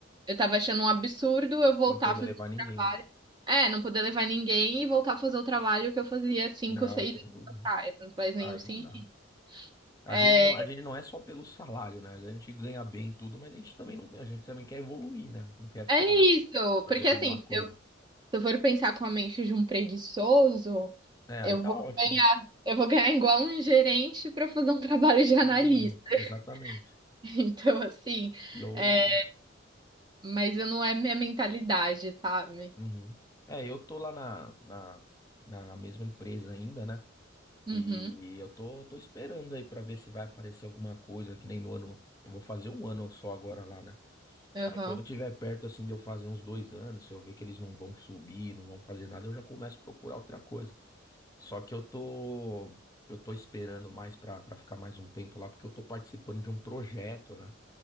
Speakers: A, on the right; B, on the left.
A: eu tava achando um absurdo eu voltar
B: Você não poder
A: a fazer
B: levar
A: o
B: ninguém.
A: trabalho. É, não poder levar ninguém e voltar a fazer o trabalho que eu fazia cinco,
B: Não,
A: seis
B: sem
A: anos
B: dúvida.
A: atrás. Não faz nenhum
B: Aí
A: sentido.
B: não dá. Às
A: É,
B: vezes não- a gente não é só pelo salário, né? Às vezes A gente ganha bem e tudo, mas a gente também não, a gente também quer evoluir, né? Não quer ficar
A: é isso,
B: fazendo
A: porque assim,
B: a mesma
A: se
B: coisa.
A: eu, se eu for pensar com a mente de um preguiçoso.
B: É,
A: Eu
B: aí tá
A: vou
B: ótimo.
A: ganhar, eu vou ganhar igual um gerente para fazer um <laughs> trabalho de analista.
B: De júnior,
A: <laughs>
B: exatamente.
A: Então, assim,
B: E eu,
A: é, mas eu não é minha mentalidade, sabe?
B: Uhum. É, eu tô lá na, na, na mesma empresa ainda, né? E
A: Uhum,
B: eu tô, tô esperando aí pra ver se vai aparecer alguma coisa, que nem no ano. Eu vou fazer um ano só agora lá, né?
A: aham.
B: Aí quando tiver perto assim de eu fazer uns dois anos, se eu ver que eles não vão subir, não vão fazer nada, eu já começo a procurar outra coisa. Só que eu tô eu tô esperando mais pra para ficar mais um tempo lá, porque eu tô participando de um projeto, né?